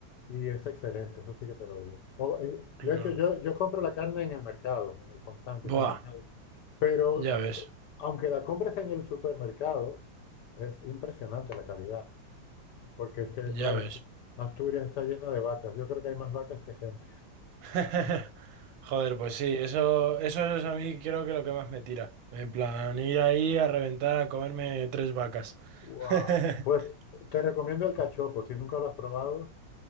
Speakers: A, on the left; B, on the right.
A: y es excelente, eso sí que te lo digo. O, eh,
B: Claro.
A: de hecho, yo, yo compro la carne en el mercado, en el Fontán, que es
B: Buah,
A: el mercado, pero
B: ya ves,
A: aunque la compres en el supermercado, es impresionante la calidad, porque es que,
B: ya
A: claro,
B: ves.
A: Astu- Asturias está llena de vacas, yo creo que hay más vacas que gente.
B: <laughs> Joder, pues sí, eso, eso es a mí creo que lo que más me tira. En plan, ir ahí a reventar a comerme tres vacas.
A: Wow.
B: <laughs>
A: Pues te recomiendo el cachopo, si nunca lo has probado,